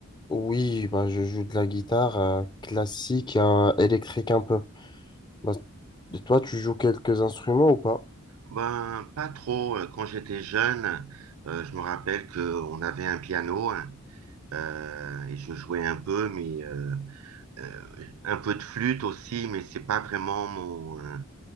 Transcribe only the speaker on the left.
oui, bah, je joue de la guitare euh, classique euh, électrique un peu. Bah, et toi, tu joues quelques instruments ou pas?